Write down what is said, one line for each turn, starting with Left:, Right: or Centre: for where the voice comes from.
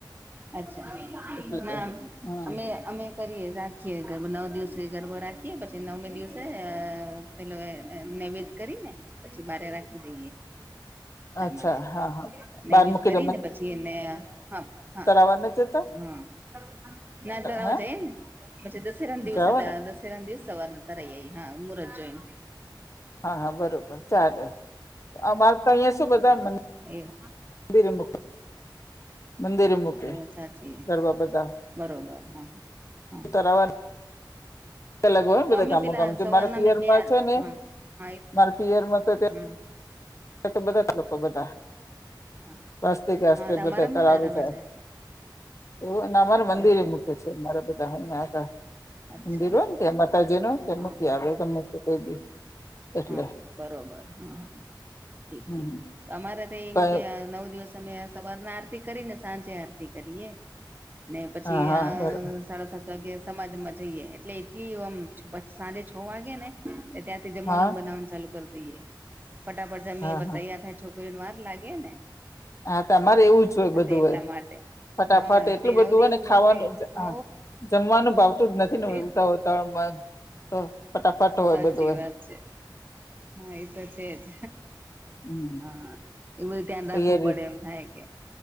Right: અચ્છા
Left: એટલે
Right: ના
Left: હમ
Right: અમે અમે કરીએ રાખીએ ગરબો નવ દિવસે ગરબો રાખીએ પછી નવમે દિવસે પેલો નૈવેદ્ય કરી ને પછી બારે રાખી એટલા
Left: અચ્છા
Right: માટે
Left: હા હા
Right: નૈવધ
Left: બહાર મૂકી
Right: કરીને પછી એને હા હા
Left: કરવા નથી જતા.
Right: હા ના ત આવવા
Left: હે
Right: જઈ ને પછી દસેરા ના દિવસે
Left: જાઓ
Right: દ
Left: ને
Right: તરંદ દિવસેવારને તરેૈઈ હા મુરજોઈન
Left: હા હા બરોબર ચાલે આ વાર તો અહીયાયા શું બધા મ
Right: એ
Left: મંદિરે મૂકે મંદિરે મૂકે
Right: એ વાત સાચી
Left: ગરબા બધા
Right: બરોબર હા. હા
Left: તરાવા અલગ હોયને
Right: તો
Left: બધા
Right: અમે
Left: કામો
Right: પેલા
Left: કામ છે,
Right: સવારના
Left: મારા તિયરમાં
Right: અમે બે હા
Left: છેને.
Right: હા
Left: મારે પીયરમાં તોજ
Right: હા
Left: તો બધા જ લોકો બધા
Right: હા
Left: વાસ્તિકસ્
Right: હા તમારામાં
Left: બધા કરાવ
Right: તારામાં
Left: જાય એવું નામાં મંદિરે
Right: બરોબર
Left: મારા બધા અહિયાંયા હતા
Right: અચ્છા
Left: મંદિરો ને ત્યાં માતાજી ન
Right: હા
Left: ત્યા મૂકી
Right: હા
Left: આર્વતમે કોઈ બી એટલે
Right: હા બરોબર હા ઠીક
Left: હમ
Right: છે, આ બરોબર
Left: પણ
Right: અમાનવ દિવસ તમે સવારના આરતી કરીને સાંજે આરતી કરીએ ને પછી
Left: હા હા
Right: આ
Left: બરોબર
Right: સાડા સાત તો સમાજમાં જઈએ એટલે એટલીમ સાંજે છે, વાગે ને ત્યાંથી. જમવાનુંન
Left: હા
Right: બનાવવાનું ચાલુ કરી દઈએ ફટાફટ જમી
Left: હા
Right: બતાયા
Left: હા
Right: થાય છોકરીઓને વાર લાગે ને
Left: હા તમા અરે એવુજ હોય બધું
Right: તે એટલા
Left: હોય.
Right: માટે
Left: ફટાફટ
Right: હા
Left: એટલું
Right: તે
Left: બધું
Right: નવ દિવસ
Left: હોય, ને ખાવાનું
Right: વાપરે હ
Left: જમવાનું ભાવતું જ નથીતા
Right: એટલું
Left: હોતુ. તળમાં તો ફટાફટ
Right: સાચી
Left: હોય બધુ
Right: વાત છે હા એ તો છે, જ
Left: હમ
Right: હા એ બધું ધ્યાન
Left: તૈયારી
Right: રાખવું પડે એમ થાય કે